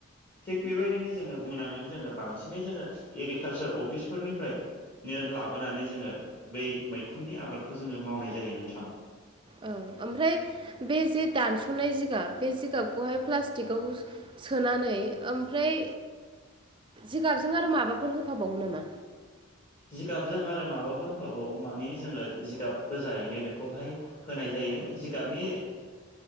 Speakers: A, on the left (about 35°); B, on the right (about 20°).
A: थिग बेबायदिनो जोङो बुंनांगोन जोङो बांसिनै जोङो एग्रिकालसार अफिसफोरनिफ्रायनो लाबोनानै जोङो बै मैखुन फुननि आबादखौ जोङो मावनाय जायो नोंथां
B: औ ओमफ्राय बे जे दानस'नाय जिगाब बे जिगाबखौहाय प्लास्टिकआव सोनानै ओमफ्राय जिगाबजों आरो माबाफोर होफाबावो नामा
A: जिगाबजों आरो माबाफोर होबावावो माने जोङो जिगाब गोजायैनो बेखौहाय होनाय जायो जिगाबनि